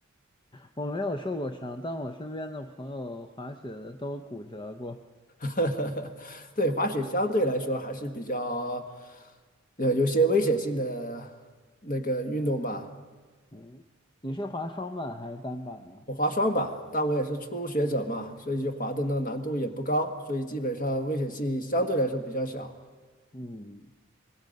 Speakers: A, on the left (about 25°); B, on the left (about 40°).
A: 我没有受过伤，但我身边的朋友滑雪的都骨折过。
B: <laughs> 对，滑雪相对来说还是比较呃有些危险性的那个运动吧，
A: 嗯，你是滑双板还是单板啊？
B: 我滑双吧，但我也是初学者嘛，所以就滑的那个难度也不高，所以基本上危险性相对来说比较小。
A: 嗯，